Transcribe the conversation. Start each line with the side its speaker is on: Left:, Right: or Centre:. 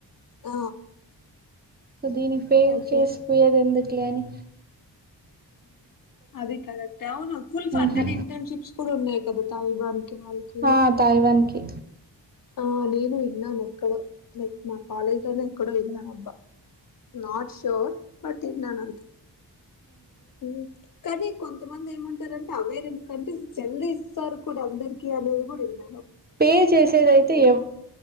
Left: ఆ
Right: సో దీనికి పేవ్
Left: ఓకే
Right: చేసిపోయేది ఎందుకులే అని
Left: అది కరెక్ట్ అవును ఫుల్ ఫండెడ్
Right: ఆహా
Left: ఇంటర్న్షిప్స్ కూడా ఉన్నాయి కదా తాలిబాన్ కి వాళ్ళకి
Right: ఆ తాయివాన్ కి
Left: ఆ నేను విన్నాను ఎక్కడో మా కాలేజ్లోనే ఎక్కడో విన్నానబ్బా నాట్ షోర్ బట్ విన్నాను అంతే మ్ కనీ కొంత్ కొంతమంది ఏమంటరంటే అవే ర ఎందుకంటే జల్లి ఇస్తారు కూడా అందరికి అనేది కూడా విన్న
Right: పే చేసేదైతే ఎ